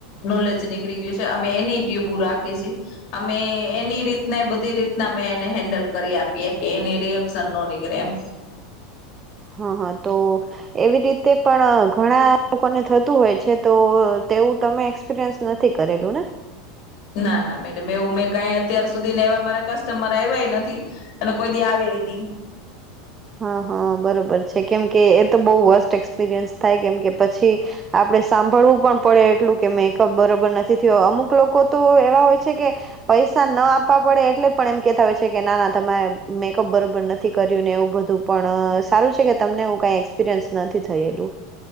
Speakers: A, on the left (about 50°); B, on the right (about 25°).
A: નોલેજ નીકળ નીકળી ગયું છે અમે એની ટ્યુબુ રાખી છી અમે એની રીતના બધી રીતના અમે એને હેન્ડલ કરી આપીએ કે એને રિએક્શન ન નીકળે એમ
B: હા હા તો એવી રીતે પણ ઘણા લોકોને થતું હોય છે તો તેવું તમે એક્સપિરયન્સ નથી કરેલું ને.
A: ના ના મેડમ એવું મેં કઈ અત્યાર સુધી ને એવા મારા કસ્ટમર આવ્યા નથી અને કોઈ દી આવે ઈ નહી
B: હા હા બરોબર છે કેમકે એ તો બઉુ વર્સ્ટ એક્સપિરિયન્સ થાય કેમ કે પછી આપડે સાંભળવું પણ પડે એટલું કે મેકઅપ બરોબર નથી થયો અમુક લોકો તો એવા હોય છે કે પૈસા ન આપવા પડે એટલે પણ એમ કેતા હોય છે કે ના ના તમારે મેકઅપ બરોબર નથી કર્યું ને એવું બધું. પણ સારું છે કે તમને એવું કઈ એક્સપિરિયન્સ નથી થયેલું.